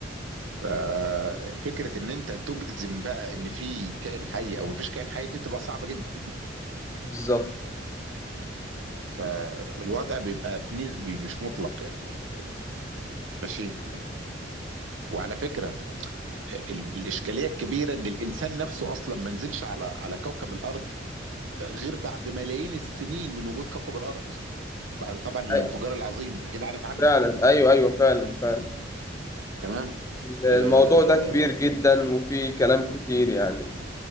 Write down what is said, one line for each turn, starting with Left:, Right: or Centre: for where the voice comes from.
Right: ففكرة ان انت تجزم بقى ان في كائن حي او مفيش كائن حي دي بتبقى صعبة جدا
Left: بالظبط
Right: فالوضع بيبقى نسبي مش مطلق يعني ماشي وعلى فكرة الاشكاليه الكبيره ان الانسان نفسه اصلا ما نزلش على على كوكب الارض غير بعد ملايين السنين من وجود كوكب الارض بعد طبعا الانفجار
Left: أي-
Right: العظيم اكيد عارف عنه
Left: فعلا أيوه أيوه فعلا فعلا
Right: تمام
Left: الموضوع
Right: آه
Left: ده كبير جدا وفيه كلام كتير يعني